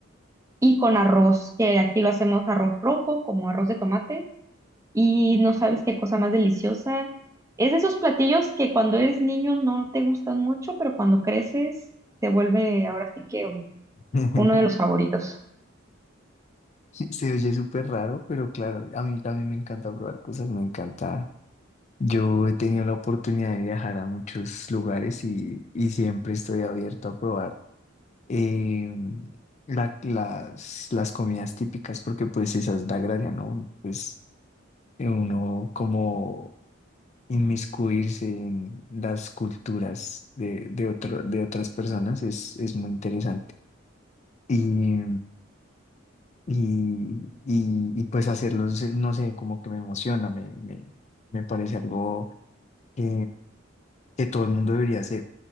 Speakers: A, on the right; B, on the left.
A: y con arroz, que aquí lo hacemos arroz rojo, como arroz de tomate, y no sabes qué cosa más deliciosa. Es de esos platillos que cuando eres niño no te gustan mucho, pero cuando creces te vuelve ahora sí que
B: <laughs>
A: uno de los favoritos.
B: <laughs> Se oye súper raro, pero claro, a mí también me encanta probar cosas, me encanta. Yo he tenido la oportunidad de viajar a muchos lugares y, y siempre estoy abierto a probar eh, la- las, las comidas típicas, porque pues esa es la gracia, ¿no? Pues eh, uno como inmiscuirse en las culturas de, de, otro, de otras personas es, es muy interesante. Y, y, y, y, pues hacerlos, no sé, como que me emociona, me, me, me parece algo que, que todo el mundo debería hacer.